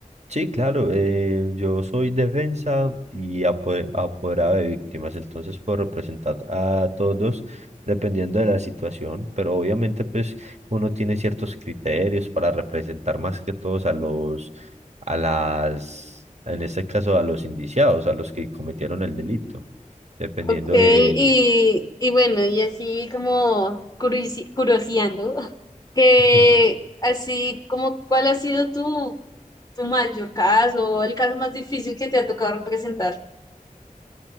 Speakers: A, on the right; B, on the left.
A: Sí, claro, eh, yo soy defensa y apo- apoderado de víctimas, entonces puedo representar a todos dependiendo de la situación, pero obviamente pues uno tiene ciertos criterios para representar más que todos a los, a las, en este caso a los indiciados, a los que cometieron el delito, dependiendo
B: Ok. Y,
A: de...
B: y bueno, y así como curiosi- curioseando, <laughs> que
A: <laughs>
B: así como, ¿cuál ha sido tu, tu mayor caso o el caso más difícil que te ha tocado representar?